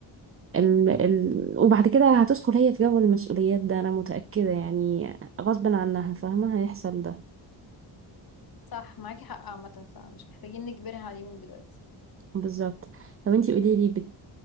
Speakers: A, on the right; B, on the left.
A: ال... ال... وبعد كده هتدخل هي في جو المسؤوليات ده انا متأكدة يعني غصب عنها فاهمة هيحصل ده
B: صح معاكي حق عامة فمش محتاجين نجبرها عليه من دلوقتي
A: بالظبط طب انتي قولي لي بت